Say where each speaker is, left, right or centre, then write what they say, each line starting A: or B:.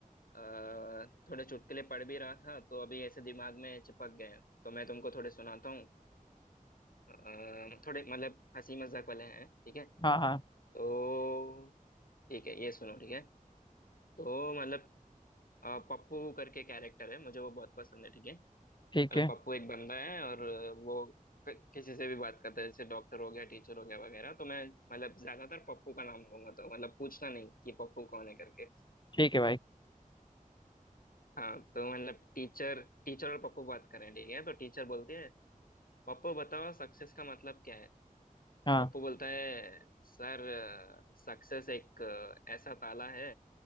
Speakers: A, on the left; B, on the left.
A: अ, थोड़े चुटकुले पढ़ भी रहा था तो अभी ऐसे दिमाग में चिपक गए हैं। तो मैं तुमको थोड़े सुनाता हूँ अ, थोड़े मतलब हंसी मजाक वाले हैं ठीक है
B: हाँ हाँ
A: तो ठीक है ये सुनो ठीक है तो मतलब अ, पप्पू करके कैरेक्टर है मुझे वो बहुत पसंद है ठीक है मतलब
B: ठीक है
A: पप्पू एक बंदा है और अ, वो क- किसी से भी बात करता है जैसे डॉक्टर हो गया टीचर हो गया वगैरह तो मैं मतलब ज्यादातर पप्पू का नाम लूंगा तो मतलब पूछना नहीं कि पप्पू कौन है करके
B: ठीक है भाई
A: हाँ तो मतलब टीचर टीचर और पप्पू बात करें ठीक है तो टीचर बोलती है पप्पू बताओ सक्सेस का मतलब क्या है
B: हाँ
A: पप्पू बोलता है सर सक्सेस एक अ, ऐसा ताला है